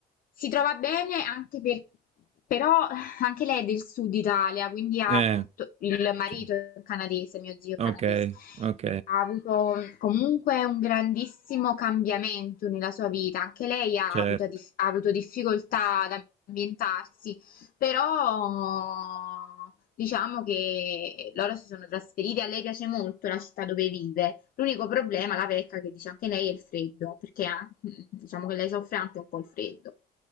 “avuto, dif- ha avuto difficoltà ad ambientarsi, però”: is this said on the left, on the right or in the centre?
Left